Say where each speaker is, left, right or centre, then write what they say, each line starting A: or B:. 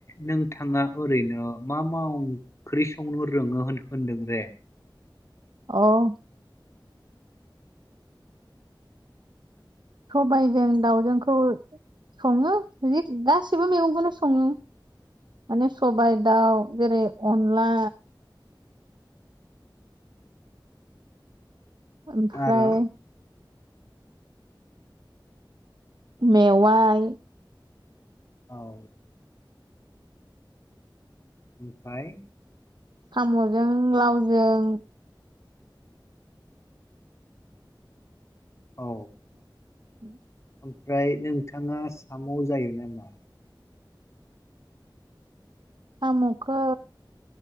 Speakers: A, on the left; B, on the right.
A: नोंथाङा ओरैनो मा माव ओंख्रि संनो रोङो होन होनदों रे।
B: अह सबायाइजों दाउजोंखौ सङो जि गासिबो मैगंखौनो सङो माने सबायाइ दाउ जेरै अनला। ओमफ्राय
A: आरो
B: मेवाइ
A: औ ओमफ्राय
B: साम'जों लावजों।
A: औ
B: साम'खौ
A: ओमफ्राय नोंथाङा साम' जायो नामा?
B: साम'खौ